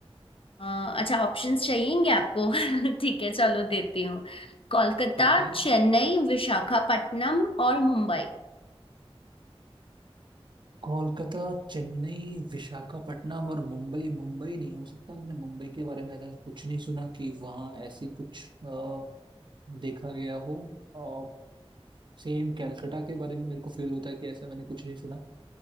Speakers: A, on the left; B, on the right.
A: अ, अच्छा ऑप्शंस चाहिएंगे आपको <laughs> ठीक है चलो देती हूँ कोलकाता
B: ठीक है
A: चेन्नई विशाखापट्टनम और मुंबई
B: कोलकाता चेन्नई विशाखापट्टनम और मुंबई मुंबई नहीं हो सकता मैंने मुंबई के बारे में ऐसा कुछ नहीं सुना कि वहाँ ऐसी कुछ अ, देखा गया हो और सेम कैलकाटा के बारे में मेरे को फील होता है कि ऐसा मैंने कुछ नहीं सुना